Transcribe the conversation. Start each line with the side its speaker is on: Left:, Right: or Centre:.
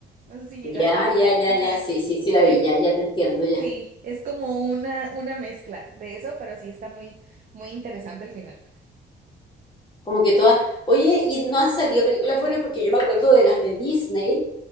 Right: No sé si llegaste
Left: Ya,
Right: a ver.
Left: ya, ya,
Right: Ajá.
Left: ya. Sí, sí, sí, la vi,
Right: Es
Left: ya, ya te entiendo, ya.
Right: Sí, es como una, una mezcla de eso, pero sí está muy, muy interesante el final.
Left: Como que todas. Oye, y no han salido películas buenas porque yo me acuerdo de las de Disney.